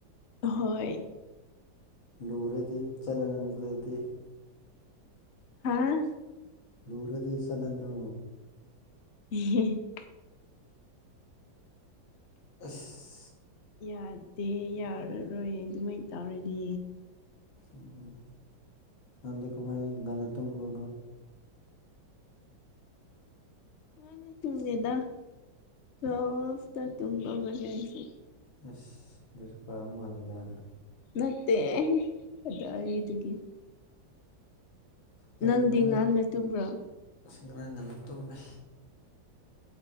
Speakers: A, on the left; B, on the left.
A: ꯍꯣꯏ
B: ꯂꯨꯔꯦꯗꯤ ꯆꯂꯣꯗꯅ ꯑꯘꯨ ꯑꯣꯏꯗꯤ
A: <unintelligible>
B: ꯂꯨꯔꯗꯤ ꯆꯠꯂꯅꯨ
A: <unintelligible>
B: <unintelligible>
A: ꯌꯥꯗꯦ ꯌꯥꯔꯔꯣꯏ ꯑꯗꯨꯃꯥꯏꯅ ꯇꯧꯔꯗꯤ
B: ꯎꯝ ꯅꯗꯦꯀꯃ ꯏꯅ ꯇꯨꯝꯕꯣ <inaudible>
A: ꯅꯥꯟ ꯇꯨꯝꯃꯤꯦꯗ ꯇꯣꯐꯇ ꯇꯨꯝꯕ ꯃꯅ ꯍꯥꯏꯁꯤꯦ <unintelligible>
B: ꯑꯁ ꯉꯔꯤ ꯄꯥꯑ ꯃꯥꯜꯂꯦꯗꯅ
A: ꯅꯠꯇꯦ ꯀꯗꯥꯏꯗꯨꯒꯤ
B: ꯍꯥꯏꯗꯤ
A: ꯅꯪꯗꯤ
B: ꯉꯔꯥꯡ
A: ꯉꯟꯅ ꯇꯨꯝꯕ꯭ꯔꯣ
B: ꯑꯁꯤ ꯉꯔꯥꯡ ꯉꯅ ꯇꯨꯝꯃꯦ